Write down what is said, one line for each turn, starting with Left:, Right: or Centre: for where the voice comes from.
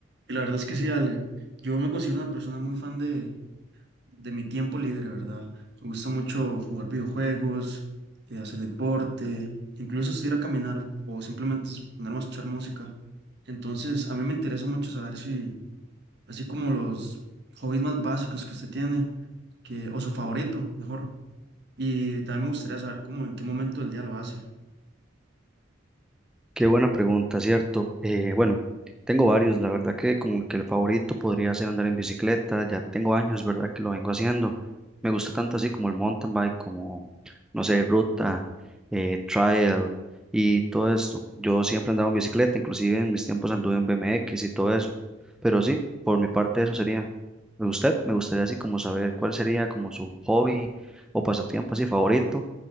Right: Y la verdad es que sí, Ale. Yo me considero una persona muy fan de, de mi tiempo libre, ¿verdad? Me gusta mucho jugar videojuegos, eh, hacer deporte, incluso hasta ir a caminar o simplemente es ponerme a escuchar música. Entonces, a mí me interesa mucho saber si, así como los hobbies más básicos que usted tiene, que, o su favorito, mejor. Y también me gustaría saber cómo, en qué momento del día lo hace.
Centre: Qué buena pregunta, ¿cierto? Eh, bueno, tengo varios, la verdad que como que el favorito podría ser andar en bicicleta, ya tengo años, ¿verdad? Que lo vengo haciendo. Me gusta tanto así como el mountain bike, como, no sé, ruta, eh, trail y todo esto. Yo siempre andaba en bicicleta, inclusive en mis tiempos anduve en BMX y todo eso. Pero sí, por mi parte eso sería. Usted, me gustaría así como saber cuál sería como su hobby o pasatiempo así favorito